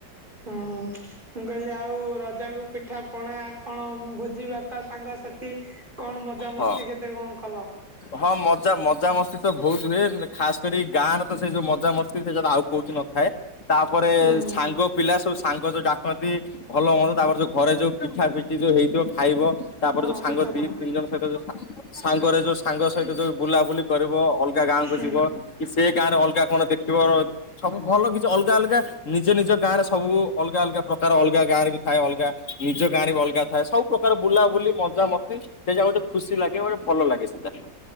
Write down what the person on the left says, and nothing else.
ହଁ
ହଁ ମଜା-ମଜାମସ୍ତି ତ ବହୁତ ହୁଏ। ଉଁ ଖାସ କରି ଗାଁ ରେ ତ ସେ ଯୋଉ ମଜାମସ୍ତି ସେ ଗୁରା ଆଉ କୋଉଠି ନ ଥାଏ। ତା ପରେ
ସାଙ୍ଗ ପିଲା ସବୁ ସାଙ୍ଗ ଯୋଉ ଡାକନ୍ତି ଭଲ ହୁଅନ୍। ତା ପରେ ଯୋଉ ଘରେ ଯୋଉ ପିଠା ପିଠି ଯୋଉ ହେଇଥିବ ଖାଇବ। ତା ପରେ
ଯୋଉ ସାଙ୍ଗ
ଦି ତିନି ଜଣ ସହିତ ଯୋଉ ସାଁ ସାଙ୍ଗ ରେ ଯୋଉ ସାଙ୍ଗ ସହିତ ଯୋଉ ବୁଲାବୁଲି କରିବ। ଅଲ୍ ଅଲଗା ଗାଁ
କୁ ଯିବ କି ସେ ଗାଁ ରେ ଅଲଗା କଣ ଦେଖିବ ର ସବୁ ଭଲ କିଛି ନି ଅଲଗା ଅଲଗା ନିଜ ନିଜ ଗାଁରେ ସବୁ ଅଲଗା ଅଲଗା ପ୍ରକାର ଅଲଗା ଗାଁରେ ଥାଏ ଅଲଗା ନିଜ ଗାଁରେ ବି ଅଲଗା ଥାଏ। ସବୁ ପ୍ର୍ରକାର ବୁଲାବୁଲି ମଜା ମସ୍ତି ସେ ଯା ଗୋଟେ ଖୁସି ଲାଗେ ୱେ ଭଲ ଲାଗେ ସେଟା।